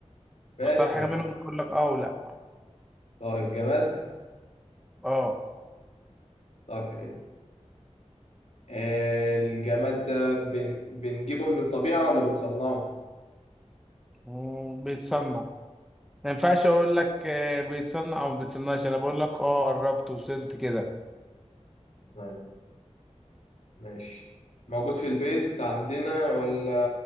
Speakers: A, on the left (about 70°); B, in the centre.
A: ماشي
B: اختار حاجة
A: ما انا
B: منهم اقول لك اه ولا
A: طيب جماد
B: اه
A: طب حلو آه، الجماد ده بن... بنجيبه من الطبيعة ولا بنصنعه؟
B: مم، بيتصنع ما ينفعش اقول لك آه، بيتصنع او ما بيتصنعش انا بقول لك اه قربت وصلت كده
A: تمام ماشي موجود في البيت عندنا ولا